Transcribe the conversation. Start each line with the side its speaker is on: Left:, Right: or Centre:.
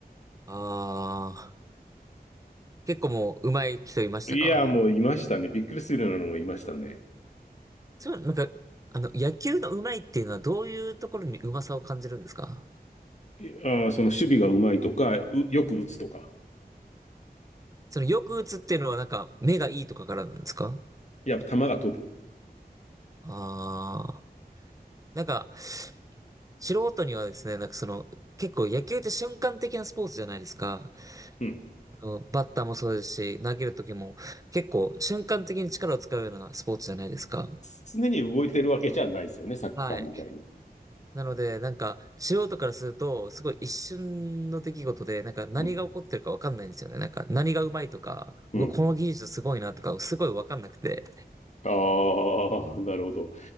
Right: ああ、結構もう上手い人いましたか
Left: いや、もういましたね。びっくりするようなのもいましたね。
Right: そう、なんか、あの、野球の上手いっていうのはどういうところに上手さを感じるんですか
Left: いあー、その守備が上手いとか、うよく打つとか。
Right: そのよく打つっていうのはなんか目がいいとかからなんですか
Left: やっぱ球が飛ぶ。
Right: ああー、なんか、素人にはですね、なんかその、結構野球って瞬間的なスポーツじゃないですか。
Left: うん。
Right: あの、バッターもそうですし、投げる時も結構瞬間的に力を使うようなスポーツじゃないですか。
Left: 常に動いてるわけじゃないですよね、サッカーみたいに。
Right: はい。なので、なんか、素人からすると、すごい一瞬の出来事で、なんか何が起こってるかわかんないんですよね。
Left: うん。
Right: なんか何がうまいとか、
Left: うん。
Right: うわこの技術すごいなとか、すごいわかんなくて。
Left: ああ、なるほど。